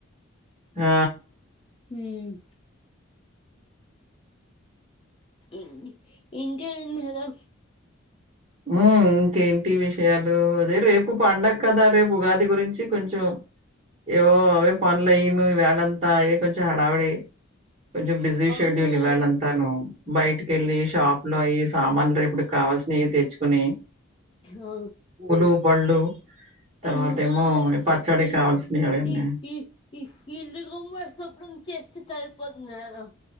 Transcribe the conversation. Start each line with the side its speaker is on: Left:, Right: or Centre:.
Right: ఆ...
Left: హ్మ్ ఇన్ ఇంకా ఏంటి హలో
Right: మ్ ఇంకేంటి విషయాలు అదే రేపు పండగ కదా రేపు ఉగాది గురించి కొంచెం ఏవో అవే పనులయిను ఈ వేళంతా ఇవి కొంచెం హడావిడి కొంచం బిజీ
Left: అవును
Right: షెడ్యూల్
Left: మేడం
Right: ఇవ్వాలంతాను బయటికెళ్ళి షాప్లో అయి సామాన్ రేపటిక్ కావల్సినయి తెచ్చుకుని
Left: ఆ
Right: పూలు, పళ్ళు తర్వాతేమో
Left: ఇంకా
Right: పచ్చడికి
Left: ఇ
Right: కావాల్సినయి అవన్నీ.
Left: ఈ ఇ-ఇ-ఇ ఇల్లుమ్మ స్వప్నం చేస్తే సరిపోతుంది కదా